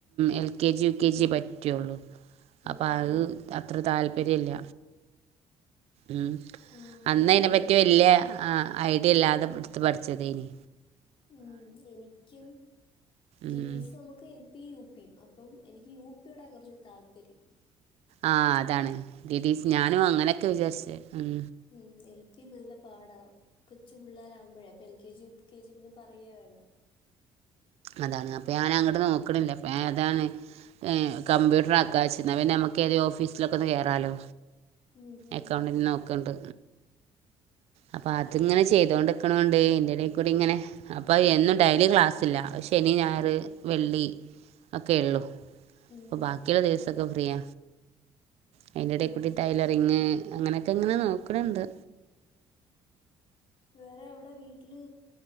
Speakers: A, on the right; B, on the left.
A: L K G U K ജിയ പറ്റുള്ളു. അപ്പൊ
B: ഉം.
A: അഹ്
B: ഉം.
A: അത്ര താല് വരില്ല. ഉ
B: ആ
A: അന്ന്
B: അത്
A: അതിനെ പറ്റി
B: എൽ-
A: വലിയ ആ ഐഡിയ ഇല്ലാതെ എടുത്ത് പഠിച്ചത് എനി
B: ഉം എനിക്കും ടി
A: ഉം.
B: ടിസ് നമുക്ക് പി യു പിയും അപ്പം എനിക്ക് യുപിയോടെ കുറച്ച താല്പര്യം
A: ആ അതാണ് ടി ടി സി ഞാനും അങ്ങനെയൊക്കെ വിചാരിച്ച് ഉം
B: ഉം എൽ പി നല്ല പാടാ കൊചുള്ളരാവകുമ്പഴേ അപ്പോൾ L K G U K K G പിന്നെ പറയ വേണ്ട
A: അതാണ് അപ്പൊ ഞാൻ അങ്ങോട്ട് നോക്കണില്ലേ അപ്പൊ അതാണ് ഏ കമ്പ്യൂട്ടർ ആക്കാ വച്ചിരുന്ന പിന്നെ നമ്മുക്ക് ഏത് ഓഫീസിലൊക്കെ ഒന്ന് കേയറാലോ
B: ഉം ഹും.
A: അക്കൗണ്ടിന് നോക്കണ്ട് അപ്പൊ അതിങ്ങനെ ചെയ്തോണ്ടിക്കണോണ്ട് എന്റെറെടൽക്കൂടി ഇങ്ങനെ അപ്പൊ എന്നും ഡൈലി ക്ലാസ്സില്ല പക്ഷ ശനി ഞാറ് വെള്ളി ഒക്കെ ഉള്ളൂ
B: ഉം.
A: അപ്പൊ ബാക്കിയുള്ള ദിവസ ഇപ്പം ഫ്രീയ അതിന്റെടെകുട്ടി
B: ഓഹോ
A: ടൈലറിങ് അങ്ങനെയൊക്കെ എങ്ങനെ നോക്കണണ്ട്
B: വേറെ അവിടെ വീട്ടില്